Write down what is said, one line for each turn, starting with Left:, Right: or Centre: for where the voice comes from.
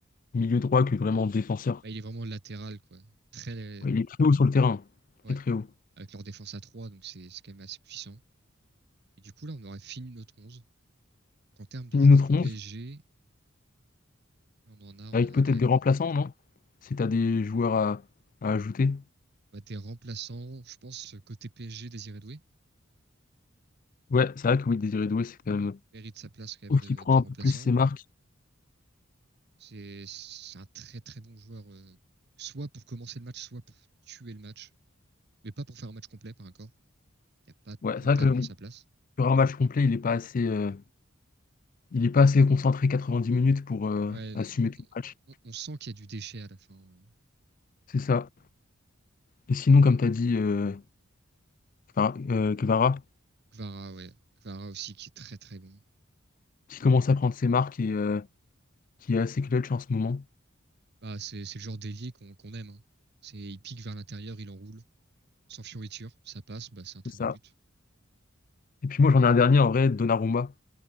Left: milieu droit que vraiment défenseur.
Right: Bah, il est vraiment latéral, quoi. Très,
Left: Ouais, il est très haut sur le terrain,
Right: ouais,
Left: très très haut.
Right: avec leur défense à 3 donc c'est c'est quand même assez puissant. Et du coup, là, on aurait fini notre 11 qu'en termes de
Left: Fini
Right: joueurs
Left: notre
Right: du
Left: 11,
Right: PSG, on en a, on
Left: avec
Right: en a
Left: peut-être
Right: quand
Left: des
Right: même.
Left: remplaçants, non? Si t'as des joueurs à, à ajouter.
Right: Bah, des remplaçants, je pense, côté PSG, Désiré Doué
Left: Ouais, c'est vrai que oui, Désiré Doué, c'est quand même...
Right: mérite sa place quand même
Left: Sauf
Right: de,
Left: qu'il prend
Right: de
Left: un
Right: remplaçant.
Left: peu plus ses marques.
Right: C'est c'est un très très bon joueur, euh, soit pour commencer le match, soit pour tuer le match, mais pas pour faire un match complet par encore. Il n'y a pas
Left: Ouais,
Right: totalement
Left: c'est vrai que oui,
Right: sa place.
Left: sur un match complet, il n'est pas assez, euh, il est pas assez concentré 90 minutes pour euh,
Right: Ouais,
Left: assumer tout le match.
Right: on, on- on sent qu'il y a du déchet à la fin. euh.
Left: C'est ça. Et sinon, comme tu as dit, euh, Kvara- euh, Kvara,
Right: Kvara, ouais. Kvara aussi qui est très très bon.
Left: qui commence à prendre ses marques et euh, qui est assez clutch en ce moment.
Right: Bah, c'est c'est le genre d'ailier qu'on qu'on aime. hein. C'est il pique vers l'intérieur, il enroule, sans fioriture, ça passe, bah c'est un très
Left: C'est
Right: beau
Left: ça.
Right: but.
Left: Et puis moi, j'en ai un dernier en vrai, Donnarumma.